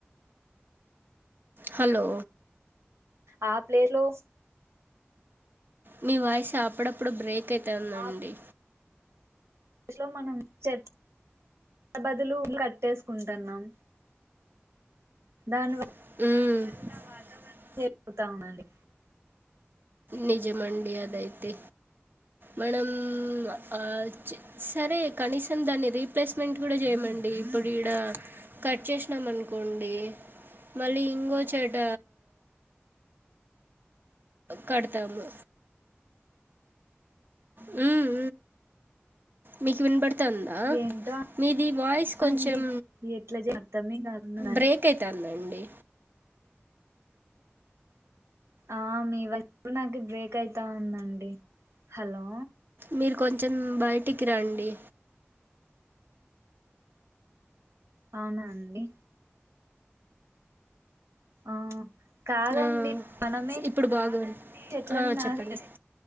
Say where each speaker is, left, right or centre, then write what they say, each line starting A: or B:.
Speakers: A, on the right (about 50°); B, on the right (about 80°).
A: హలో
B: ఆ ప్లేర్ లో
A: మీ వాయిస అప్పుడప్పుడు బ్రేక్ అయితా ఉందండి
B: ఆ లో మనం చె బదులు కట్టేసుకుంటున్నాం ధన్వా
A: మ్మ్
B: చేపోతా ఉనండి
A: నిజం మడి అదైతే మనం ఆ సరే కనీసం దాన్ని రీప్లేస్మెంట్ కూడా చేయమండి ఇప్పుడు ఈడ కట్ చేసినాం అనుకోండి మళ్ళీ ఇంకో చెట
B: అ
A: కడుతము మ్మ్ మీకు వినబడుతందా
B: ఏంటో
A: మీది వాయిస్ కొంచెం
B: అండి ఎట్లా చే అర్థమే కాకుండాండి
A: బ్రేక్ అయితుందండి
B: ఆ మీ వాయిస్ కూడా నాకు బ్రేక్ అయితా ఉందండి హలో
A: మీరు కొంచెం బయటికి రండి
B: అవునా అండి ఆ కాదండి
A: ఆ,
B: మనమే
A: ఇప్పుడు బాగుంది
B: చెట్లని
A: ఆ,
B: నా
A: చెప్పండి
B: చె